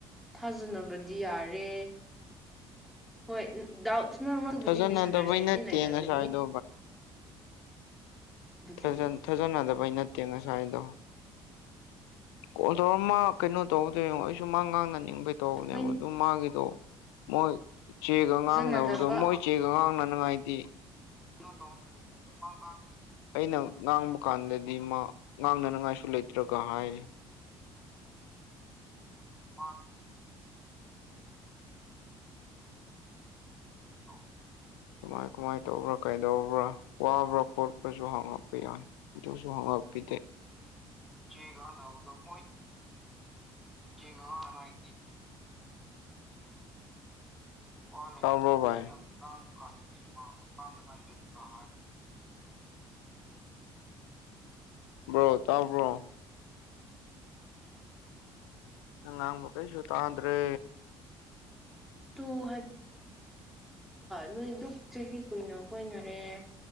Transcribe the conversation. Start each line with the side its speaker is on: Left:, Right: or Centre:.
Centre: ꯊꯥꯖꯅꯕꯗꯤ ꯌꯥꯔꯦ ꯍꯣꯏ ꯗꯥꯎꯠ ꯃꯕꯨꯗꯤ
Left: ꯊꯥꯖꯅꯗꯕꯩ
Centre: ꯃꯤꯁꯑꯟꯗꯔꯁꯇꯦꯟꯗꯤ
Left: ꯅꯠꯇꯦ
Centre: ꯂꯩꯅꯒꯅꯤ
Left: ꯉꯁꯥꯏꯗꯣ
Centre: ꯑꯗꯨꯗꯨꯗꯤ
Left: ꯊꯥꯖ ꯊꯥꯖꯅꯗꯕꯩ ꯅꯠꯇꯦ ꯉꯁꯥꯏꯗꯣ ꯀꯦꯟ ꯇꯧꯔ ꯃꯥ ꯀꯩꯅꯣ ꯇꯧꯕꯗꯣ ꯌꯦꯉꯣ ꯑꯩꯁꯨ ꯃꯥ ꯉꯥꯡꯅꯅꯤꯡꯕꯩ ꯇꯧꯕꯅꯦꯕ
Centre: ꯍꯣꯏꯅꯦ
Left: ꯑꯗꯨ ꯃꯥꯒꯤꯗꯣ ꯃꯣꯏ ꯆꯦꯒ
Centre: ꯊꯥꯖꯅꯗꯕ
Left: ꯉꯥꯡꯅꯕꯗꯣ ꯃꯣꯏ ꯆꯦꯒ ꯉꯥꯡꯅꯅꯤꯉꯥꯏꯗꯤ
Centre: <unintelligible>
Left: ꯑꯩꯅ ꯉꯥꯡꯕ ꯀꯥꯟꯗꯗꯤ ꯃꯥ ꯉꯥꯡꯅꯅꯉꯥꯏꯁꯨ ꯂꯩꯇ꯭ꯔꯒ ꯍꯥꯏꯌꯦ
Centre: <unintelligible> <inaudible>
Left: ꯀꯃꯥꯏ ꯀꯃꯥꯏ ꯇꯧꯕ꯭ꯔꯥ ꯀꯩꯗꯧꯕ꯭ꯔꯥ ꯋꯥꯕ꯭ꯔꯥ ꯈꯣꯠꯄ꯭ꯔꯥꯁꯨ ꯍꯥꯡꯉꯛꯄ ꯌꯥꯏ ꯑꯗꯨꯁꯨ ꯃꯋ ꯂꯧꯄꯤꯗꯦ
Centre: ꯆꯦ ꯉꯡꯅꯕꯗꯣ ꯃꯣꯏ <unintelligible> ꯋꯥꯜꯂꯦ
Left: ꯇꯥꯕ꯭ꯔꯣ ꯚꯥꯏ
Centre: ꯑꯩꯅ ꯉꯥꯡꯕ ꯀꯥꯟꯗꯗꯤ ꯃꯥ ꯉꯥꯡꯅꯉꯥꯏ ꯂꯩꯇꯦ ꯍꯥꯏ
Left: ꯕ꯭ꯔꯣ ꯇꯥꯕ꯭ꯔꯣ ꯅꯪꯅ ꯉꯥꯡꯕ ꯀꯩꯁꯨ ꯇꯥꯗ꯭ꯔꯦ
Centre: ꯇꯨ ꯍꯠ ꯅꯣꯏ ꯗꯨꯛ ꯆꯍꯤ ꯀꯨꯏꯅ ꯀꯣꯏꯅꯔꯦ